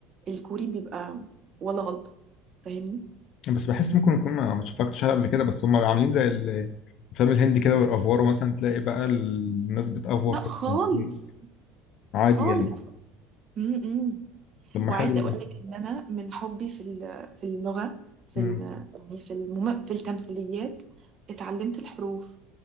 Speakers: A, on the right; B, on the left.
A: الكوري بيبقى ولا غلطة فاهمني
B: بس بحس ممكن يكون ما ما اتفرجتش عليها قبل كده بس هم عاملين زي ال- الفيلم الهندي كده والافوار مثلا تلاقي بقى الناس بتافور
A: لا
B: في
A: خالص
B: التمثيل عادي
A: خالص
B: يعني
A: امم
B: طب ما
A: وعايزة
B: حلو ده
A: اقول لك ان انا من حبي في ال- في اللغة في
B: مم.
A: ال- يعني في المم... في التمثيليات اتعلمت الحروف